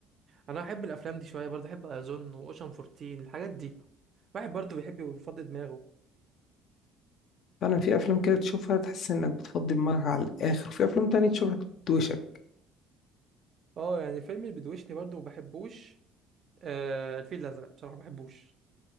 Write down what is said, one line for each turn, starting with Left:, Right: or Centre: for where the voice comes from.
Right: انا بحب الافلام دي شويه برضو بحب اظن واوشن 14 الحاجات دي واحد برضو بيحب يفضي دماغه
Left: فعلا في أفلام كده تشوفها تحس إنك بتفضي دماغك على الآخر وفي أفلام تانية تشوفها بتدوشك
Right: اه يعني الفيلم اللي بيدوشني برضو ما بحبوش آه الفيل الازرق بصراحه ما بحبوش